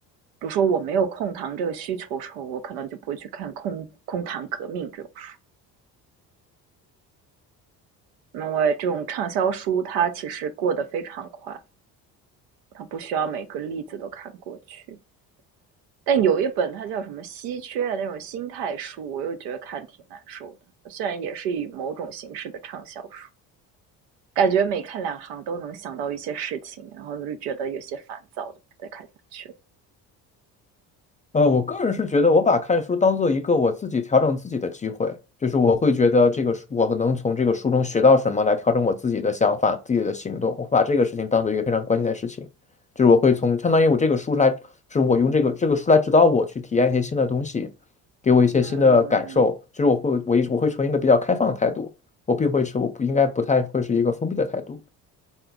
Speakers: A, on the right; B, on the left.
A: 比如说我没有控糖这个需求的时候，我可能就不会去看空空谈革命这种书，因为这种畅销书它其实过得非常快，它不需要每个例子都看过去。但有一本它叫什么稀缺的那种心态书，我又觉得看挺难受的，虽然也是以某种形式的畅销书。感觉每看两行都能想到一些事情，然后就觉得有些烦躁，就不再看下去了。
B: 呃，我个人是觉得，我把看书当做一个我自己调整自己的机会，就是我会觉得这个书，我能从这个书中学到什么，来调整我自己的想法、自己的行动。我会把这个事情当做一个非常关键的事情，就是我会从相当于我这个书来，就是我用这个这个书来指导我去体验一些新的东西，给我一些新的感受。
A: 嗯，
B: 就是我会我一我会从一个比较开放的态度，我并会是我不应该不太会是一个封闭的态度。